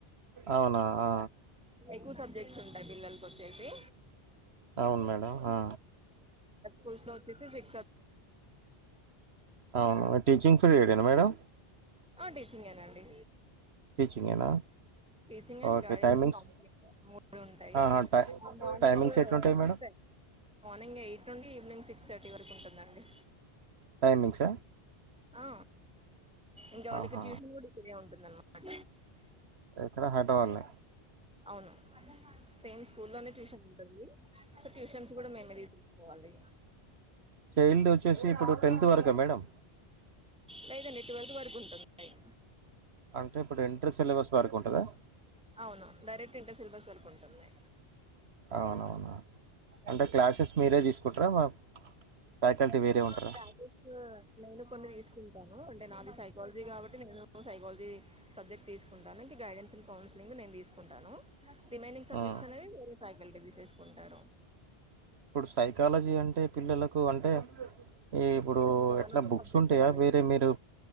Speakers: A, on the right; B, in the centre.
A: అవునా ఆ,
B: ఎక్కువ్ సబ్జెక్ట్స్ ఉంటాయ్ పిల్లల కోచ్చేసి
A: అవును మేడం అ
B: పుల్స్ లో ఒచ్చేసి బి
A: అవును టీచింగ్ ఫిల్డ్ <unintelligible> మేడం
B: ఆ టీచింగేనాండి
A: టీచింగేనా
B: teaching and
A: okay
B: guidance
A: timings
B: complete మొ ఉంటయి
A: ఆహా టై
B: అ మార్నింగు
A: టైమింగ్స్ ఎట్లుంటాయి మేడం
B: చ మార్నింగ్ ఎయిట్ నుండి ఇవ్నీంగ్ సిక్స్ థర్టీ వరకు ఉంటుందండి
A: టైమింగ్సా
B: ఆ ఇంకా వాళ్ళకి
A: ఆహా
B: ట్యూషన్ కూడి ఇక్కడే ఉంటుందన్న్మాట
A: ఎక్కడ హైద్రబాద్ ల్నే
B: అవ్ను సేమ్ స్కూలోనే ట్యూషన్ ఉంటుంది సో ట్యూషన్స్ గుడ మేమే తీసుకోవాలి ఇగ
A: చైల్డోచ్చేసి ఇప్పుడు టెన్త్ వరక మేడం
B: లేదాండి ట్వీల్వ్త్ వరుకుంటుది టైం
A: అంటే ఇప్పుడ్ ఇంటర్ సిలబస్ వరకు ఉంటదా
B: అవును డైరెక్ట్ ఇంటర్ సిలబస్ వరకు ఉంటుంది
A: అవునవున అంటే క్లాసెస్ మీరే తీస్ కుట్ర మా ఫ్యాకల్టీ వేరే ఉంటారా
B: అ క్లాస్సేసు నేను కొన్ని తిస్కుంటాను అంటే నాది సైకాలజీ కాబట్టి నేను సైకాలజీ సబ్జెక్ట్ తీస్కుంటను ఇంక గైడెన్సింగ్ కౌన్సిలింగ్ నేన్ తీస్ టాను రిమైనింగ్ సబ్జక్ట్స్
A: హ్మ్.
B: అనేవి వేరే ఫకల్టీ తీసెస్కుంటారు
A: ఇప్పుడు సైకాలజీ అంటే పిల్లలక్ కు అంటే ఇప్పుడు
B: అంటే ఇక్కడ మనం
A: ఎట్లా బుక్స్
B: సబ్జెక్ట్
A: ఉంటాయా
B: వాళ్ళకి
A: వేరే మీరు